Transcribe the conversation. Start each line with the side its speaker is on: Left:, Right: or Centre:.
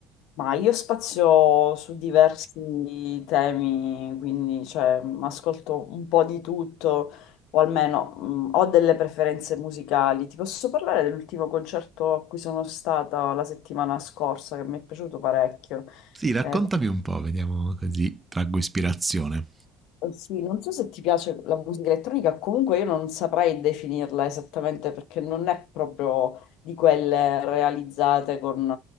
Left: Ma io spazio su diversi temi, quindi cioè, ascolto un po' di tutto, o almeno mh, ho delle preferenze musicali. Ti posso parlare dell'ultimo concerto a cui sono stata la settimana scorsa, che mi è piaciuto parecchio.
Right: Sì, raccontami
Left: Eh,
Right: un po', vediamo così traggo ispirazione.
Left: eh, Sì, non so se ti piace la musica elettronica, comunque io non saprei definirla esattamente perché non è proprio di quelle realizzate con